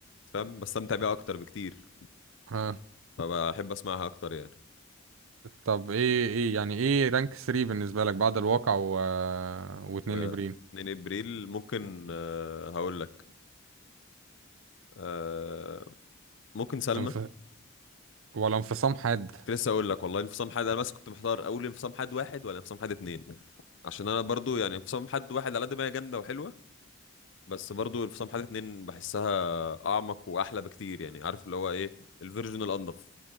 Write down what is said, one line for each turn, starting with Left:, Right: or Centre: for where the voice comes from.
Left: بتفهم بستمتع بيها اكتر بكتير
Right: اه
Left: فبحب اسمعها اكتر يعني
Right: طب ايه ايه يعني ايه رانك 3 بالنسبه لك بعد الواقع و... واتنين
Left: و
Right: ابريل
Left: 2 ابريل ممكن آه، هقول لك آه، ممكن سلمى
Right: انف... ولا انفصام حاد
Left: كنت لسه اقول لك والله انفصام حاد انا بس كنت محتار اول انفصام حاد واحد ولا انفصام حاد اتنين عشان انا برضو يعني انفصام حاد واحد على قد ما هي جامده وحلوه بس برضو انفصام حاد اتنين بحسها اعمق واحلى بكتير يعني عارف اللي هو ايه الفيرجن الانضف